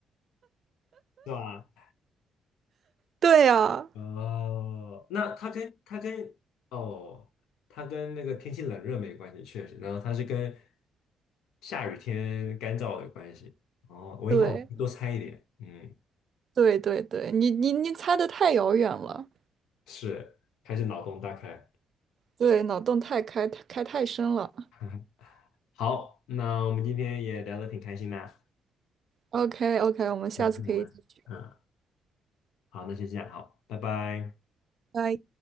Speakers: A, on the left; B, on the right.
A: 是吧？
B: 对呀、
A: 哦，那它跟它跟哦，它跟那个天气冷热没关系，确实。然后它是跟下雨天干燥的关系。哦，我应该往多猜一点。
B: 对
A: 嗯，
B: 对对对，你你你猜的太遥远了，
A: 是，还是脑洞大开。
B: 对，脑洞太开开太深了。
A: <laughs> 好，那我们今天也聊得挺开心的啊。
B: OK OK，我们下次可以继续。
A: 那是什么？嗯，好，那先这样，好，拜拜。
B: 拜。